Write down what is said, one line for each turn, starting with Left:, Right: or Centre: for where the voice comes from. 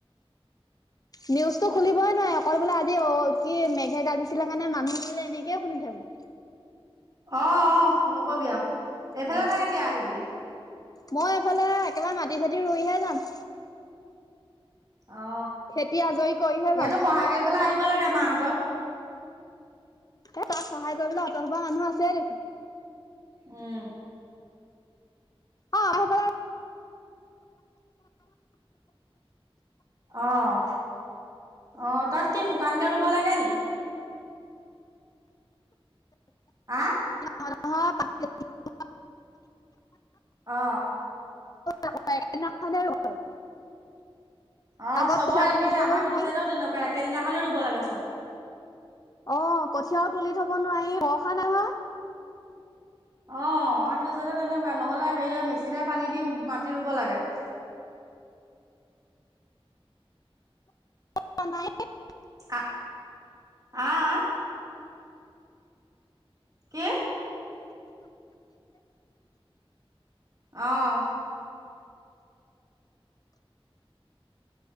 Left: নিউজতটো খুলিবই নোৱাৰে অকল বোলে আজি অ কি মেঘে গাজিছিলে কাৰণে মানুহ মলে এনেকে শুনি থাকো
Right: অ অ নকবি অ এইফালে
Left: উম,
Right: তটা কেতিয়া আহিবি
Left: মই এইফালে একেবাৰে মাটি চাটি ৰুইহে যাম
Right: অ
Left: খেতি আজৰি কৰিহে
Right: ইয়াতো
Left: যাম।
Right: সহায় কৰিবলৈ আহিব লাগে এ মাহঁতক
Left: এ তাক সহায় কৰিবলৈ অঁত হোৱা মানুহ আছে দেখোন
Right: উম
Left: অ ব
Right: আহ আহ তাত কি শুকান কে ৰুব লাগে নি হ
Left: <inaudible>
Right: অহ
Left: <inaudible>
Right: অ
Left: আগত
Right: চবৰ
Left: কঠীয়া
Right: একে
Left: তুলি থবলৈও
Right: আমাৰ সেইটো
Left: নোৱাৰি,
Right: চাইডেও তেনেকুৱা একেদিনাখনেই ৰুব লাগে চব।
Left: অ' কঠিয়াও তুলি থব নোৱাৰি বৰষা নহয়।
Right: অ', আমাৰ সেইটো চাইদে তেনেকুৱা নহলে হেৰিয়ে মেচিনে পানী দি মাটি ৰুব লাগে। <inaudible>
Left: <unintelligible>
Right: আ, আহ। কি? অহ।